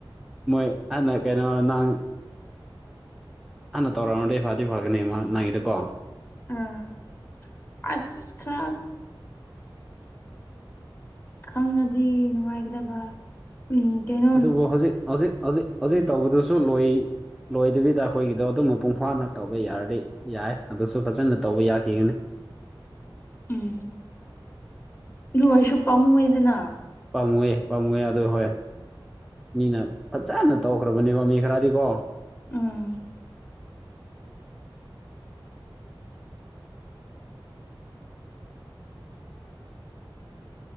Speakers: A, in the centre; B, on the left.
A: ꯃꯣꯏ ꯍꯥꯟꯅ ꯀꯩꯅꯣ ꯅꯪ ꯍꯥꯟꯅ ꯇꯧꯔꯛꯑꯃꯗꯤ ꯐꯗꯤ ꯐꯒꯅꯤ ꯃꯥ ꯅꯣꯏꯒꯤꯗꯣꯀꯣ
B: ꯎꯝ ꯑꯁ ꯈꯔ ꯈꯪꯉꯗꯤ ꯅꯨꯡꯉꯥꯏꯒꯗꯕ ꯎꯝ ꯀꯩꯅ
A: ꯑꯗꯨꯕꯨ ꯍꯧꯖꯤꯛ ꯍꯧꯖꯤꯛ ꯍꯧꯖꯤꯛ ꯍꯧꯖꯤꯛ ꯇꯧꯕꯗꯨꯁꯨ ꯂꯣꯏ ꯂꯣꯏꯗꯕꯤꯗ ꯑꯩꯈꯣꯏꯒꯤꯗꯣ ꯑꯗꯨꯝ ꯃꯄꯨꯡ ꯐꯥꯅ ꯇꯧꯕ ꯌꯥꯔꯗꯤ ꯌꯥꯏ ꯑꯗꯨꯁꯨ ꯐꯖꯅ ꯇꯧꯕ ꯌꯥꯈꯤꯒꯅꯤ
B: ꯎꯝ ꯂꯨ ꯑꯩꯁꯨ ꯄꯥꯝꯃꯨꯌꯦꯗꯅ
A: ꯄꯥꯝꯃꯨꯋꯦ ꯄꯥꯃꯨꯌꯦ ꯑꯗꯣ ꯍꯣꯏ ꯃꯤꯅ ꯐꯖꯅ ꯇꯧꯈ꯭ꯔꯕꯅꯦꯕ ꯃꯤ ꯈꯔꯗꯤꯀꯣ
B: ꯎꯝ